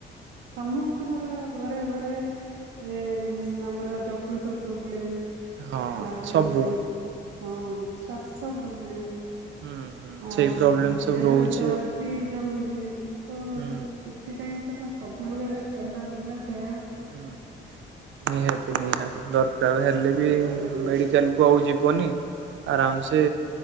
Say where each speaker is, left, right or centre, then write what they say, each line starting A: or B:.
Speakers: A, on the right (about 80°); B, on the right (about 70°).
A: ସମସ୍ତଙ୍କର ଘରେ ଘରେ <inaudible> ଏଁ-ଏଁ-ଏଁ ଆମର ଯକୃତ ପ୍ରୋବ୍ଲେମ।
B: ହଁ
A: ଆଉ
B: ସବୁ।
A: ହଁ। ଶ୍ବାସ ପ୍ରୋବ୍ଲେମ୍
B: ହୁଁ ହୁଁ
A: ଆଉ
B: ସେଇ ପ୍ରୋବ୍ଲେମ ସବୁ
A: ଦେହରେ
B: ରହୁଛି
A: ଚର୍ବି
B: ଆଉ
A: ଜମୁଚି। ଚି, ତ
B: ହୁଁ
A: ଏଥିପାଇଁ ତ ସବୁବେଳେ ଚଲାବୁଲା ବ୍ୟାୟାମ
B: ହୁଁ, ନିହାତି ନିହାତି ଦର୍ <inaudible> ହେଲେ
A: ଦରକାର।
B: ବି ମେଡ଼ିକାଲକୁ ଆଉ ଯିବନି ଆରାମସେ